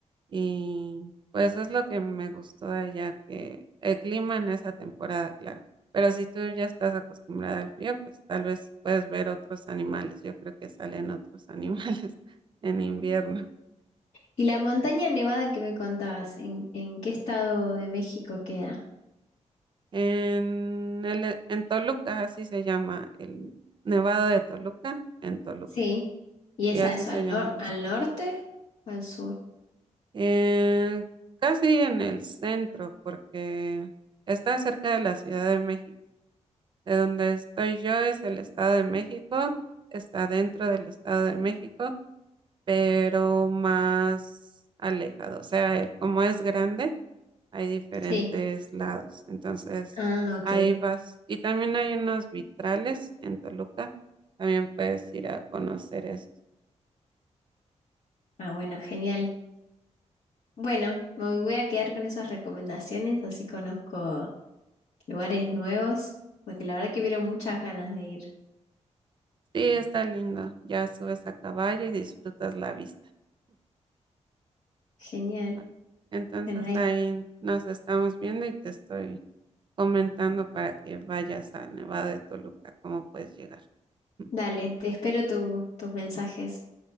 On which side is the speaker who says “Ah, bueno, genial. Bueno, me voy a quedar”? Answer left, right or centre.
Left